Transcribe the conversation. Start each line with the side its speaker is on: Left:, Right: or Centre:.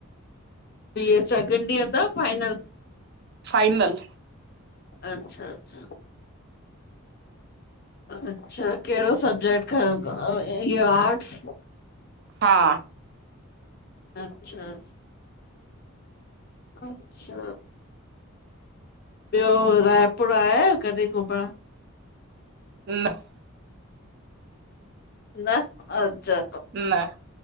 Left: बी ए सेकेंड ईयर त फाइनल।
Right: फाइनल
Left: अच्छा-अच्छा अच्छा केड़ो सब्जेक्ट खयो तव इयो आर्ट्स।
Right: हा
Left: अच्छा! अच्छा ॿियो रायपुर आया आहियो कॾहिं घुमणु?
Right: हम <inaudible>
Left: न, अच्छा।
Right: न